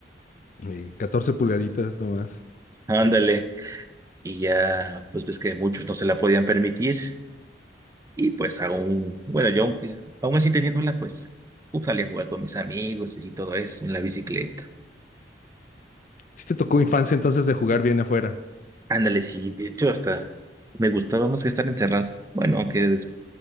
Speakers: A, on the left; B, on the right.
A: Eh, 14 pulgaditas nomás.
B: Ándale. Y ya, pues ves que muchos no se la podían permitir. Y pues aún, bueno, yo aunque, aún así teniéndola, pues uh, salí a jugar con mis amigos y así todo eso en la bicicleta.
A: Sí te tocó infancia entonces de jugar bien afuera.
B: Ándale, sí, de hecho hasta me gustaba más que estar encerrado. Bueno, aunque des-